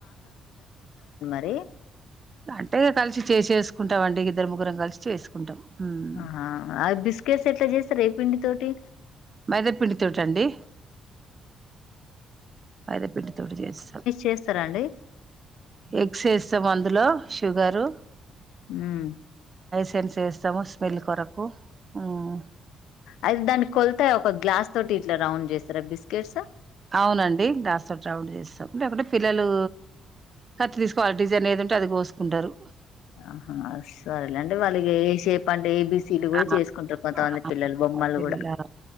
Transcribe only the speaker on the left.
డి
ఆహా అ బస్కెట్ ఎట్లా చే సరే పిండితోటి
చేస్తారండి
ఉమ్
అయితే దాని కొల్త ఒక గ్లాస్ తోటి ఇట్లా రౌండ్ జేస్తరా బిస్కెట్స్?
అ హా సరెలేండి, వాళ్ళు ఏ షేప్ అంటే ఏ బి సి లు గుడ
చేసుకుంటారు కొంతమంది
పిల్లలు బొమ్మలు
గూడ.